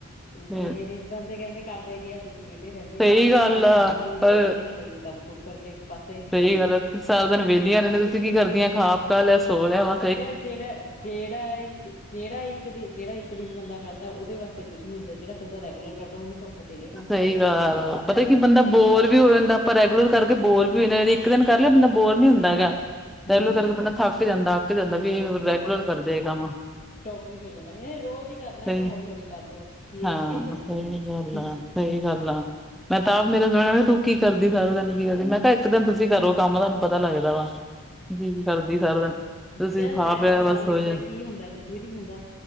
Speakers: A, on the left; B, in the centre.
A: ਨਹੀਂ-ਨਹੀਂ
B: ਫੇਰ
A: ਬੰਦੇ ਕਹਿੰਦੇ ਕਰਦੇ ਆ ਕਿ ਆ ਤੁਸੀਂ ਵਿਹਲੇ ਰਹਿੰਦੇ
B: ਸਹੀ
A: ਆ,
B: ਗੱਲ
A: ਤੁਹਾਨੂੰ
B: ਆ
A: ਕੰਮ ਕੀ ਹੁੰਦਾ
B: ਪਰ
A: ਅੱਧੇ ਘੰਟੇ ਵਿੱਚ ਕੰਮ ਕੰਮ ਕੁਰ ਕਰਕੇ ਪਾਸੇ
B: ਸਹੀ ਗੱਲ ਐ, ਤੁਸੀਂ ਸਾਰਾ ਦਿਨ ਵਿਹਲੀਆਂ ਰਹਿੰਆਂ ਤੁਸੀਂ ਕੀ ਕਰਦੀਆਂ ਖਾਪਤਾ ਲਿਆ, ਸੋ ਲਿਆ ਵ
A: ਕ ਜਿਹੜਾ ਜਿਹੜਾ ਇੱਕ, ਜਿਹੜ ਇੱਕ ਦਿਨ, ਜਿਹੜਾ ਇੱਕ ਦਿਨ ਬੰਦਾ ਕਰਦਾ ਉਹਦੇ ਵਾਸਤੇ ਕੁਛ ਨੀ ਹੁੰਦਾ ਜਿਹੜਾ ਬੰਦਾ ਰੈਗੂਲਰ ਕਰਦਾ ਤਾਂ ਉਹਨੂੰ ਕੱਪੜੇ ਤੇਰੇ ਕੰਮ
B: ਸਹੀ
A: ਹੁੰਦੇ
B: ਗੱਲ
A: ਕਦੇ ਇਹ ਕਰ ਲੈ
B: ਪਤਾ ਕੀ
A: ਉਹ
B: ਬੰਦਾ
A: ਕਰ
B: ਬੋਰ
A: ਲੈ।
B: ਵੀ ਹੋ ਜਾਂਦਾ। ਆਪਾਂ ਰੈਗੂਲਰ ਕਰਕੇ ਬੋਰ ਵੀ ਹੋ ਜਾਂਦੇ, ਇੱਕ ਦਿਨ ਕਰ ਲਿਆ ਬੰਦਾ ਬੋਰ ਨੀ ਹੁੰਦਾ ਹੈਗਾ।
A: ਹੂੰ
B: ਤੈਲੂ ਕਰਕੇ
A: ਹੂੰ
B: ਬੰਦਾ ਥੱਕ ਜਾਂਦਾ, ਅੱਕ ਜਾਂਦਾ
A: ਹੂੰ-ਹੂੰ
B: ਵੀ ਰੈਗੂਲਰ ਕਰਦੇ ਆ ਕੰਮ।
A: ਉਹੀ ਸੋ ਜਾਂਦਾ। ਰੋਜ਼ ਹੀ ਕਰਨਾ
B: ਸਹੀ
A: ਕਿ ਹੌਲੀ-ਹੌਲੀ ਕਰਲਓ ਕੀ
B: ਹਾਂ
A: ਰੱਖੇ ਜਲਦੀ-ਜਲਦੀ
B: ਸਹੀ
A: ਵਿੱਚ
B: ਗੱਲ ਸਹੀ ਗੱਲ ਆ, ਮੈਂ ਤਾਂ ਆਪ ਮੇਰੇ ਸੁ ਕ ਤੂੰ ਕੀ ਕਰਦੀ ਸਾਰ ਉਹਦੇ ਕੀ ਕਰਦੀ ਮੈਂ ਕਿਹਾ ਇੱਕ ਦਿਨ ਤੁਸੀਂ ਕਰੋ ਕੰਮ ਤੁਹਾਨੂੰ ਪਤਾ ਲੱਗਦਾ ਵਾ, ਕੀ-ਕੀ ਕਰਦੀ ਸਾਰਾ ਦਿਨ ਤੁਸੀਂ
A: ਕਹਿ
B: ਖਾ
A: ਲੈ,
B: ਪਿਆ
A: ਅਸੀਂ
B: ਬਸ
A: ਕਰ ਲੈਤੇ
B: ਹੋ ਜਾ
A: ਕੀ ਹੁੰਦਾ, ਕੁਛ ਵੀ ਨੀ ਹੁੰਦਾ।